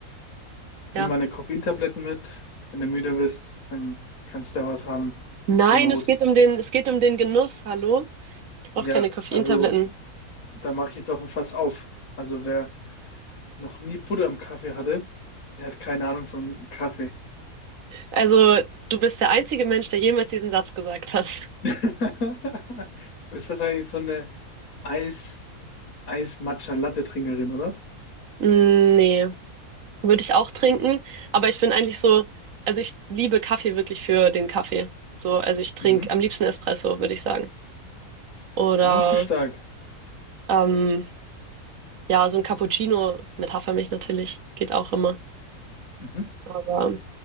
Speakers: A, on the left; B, on the right.
A: ich
B: ja.
A: nehme meine Koffeintabletten mit. Wenn du müde bist, dann kannst du da was haben,
B: Nein,
A: zur Not.
B: es geht um den, es geht um den Genuss. Hallo? Ich brauche
A: Ja,
B: keine Koffeintabletten.
A: also da mache ich jetzt auch ein Fass auf. Also wer noch nie Butter im Kaffee hatte, der hat keine Ahnung von Kaffee.
B: Also, du bist der einzige Mensch, der jemals diesen Satz gesagt hat.
A: <laughs> Du bist wahrscheinlich so eine Eis, Eis-Matcha-Latte-Trinkerin, oder?
B: Mm, Nee, würde ich auch trinken. Aber ich bin eigentlich so, also ich liebe Kaffee wirklich für den Kaffee. So, also ich trinke
A: Mhm.
B: am liebsten Espresso, würde ich sagen. Oder,
A: Ja, Okay, stark.
B: ähm, Ja, so ein Cappuccino mit Hafermilch natürlich geht auch immer.
A: Mhm.
B: Aber